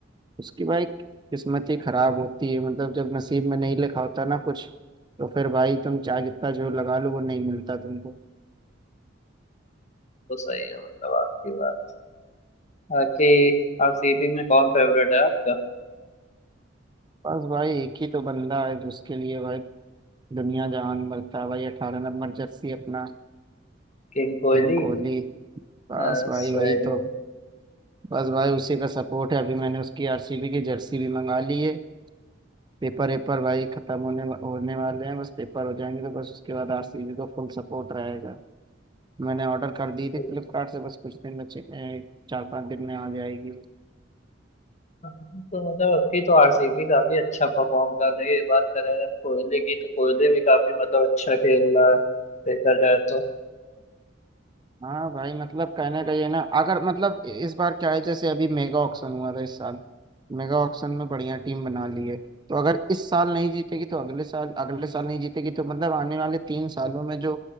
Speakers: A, on the right (about 25°); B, on the left (about 40°).
A: उसकी भाई किस्मत ही खराब होती है मतलब जब नसीब में नहीं लिखा होता ना कुछ तो फिर भाई तुम चाहे जितना जोर लगा लो वो नहीं मिलता तुमको
B: तो सही है मतलब आपकी बात बाकी आरसीबी में कौन फेवरेट है आपका
A: बस भाई एक ही तो बंदा है जिसके लिए भाई दुनिया जहान बरता भाई अठारह नंबर जर्सी अपना
B: किंग कोहली
A: किंग कोहली बस
B: अ,
A: भाई
B: सही
A: वही तो बस भाई उसी का सपोर्ट है अभी मैंने उसकी आरसीबी की जर्सी भी मंगा ली है पेपर वेपर भाई खत्म होने होने वाले हैं बस पेपर हो जाएंगे तो बस उसके बाद आरसीबी का फुल सपोर्ट रहेगा मैंने ऑर्डर कर दी थी
B: है।
A: फ्लिपकार्ट से बस कुछ दिन में चे- ए, चार पांच दिन में आ जाएगी
B: तो मतलब अब की तो आरसीबी काफी अच्छा परफॉर्म कर रही है बात करें अगर कोहली की तो कोहली भी काफी मतलब अच्छा खेल रहा है देखा जाए तो
A: हाँ भाई मतलब कहने का ये ना अगर मतलब इस बार क्या है जैसे अभी मेगा ऑक्शन हुआ था इस साल मेगा ऑक्शन में बढ़िया टीम बना ली है तो अगर इस साल नहीं जीतेगी तो अगले साल अगले साल नहीं जीतेगी तो मतलब आने वाले तीन सालों में जो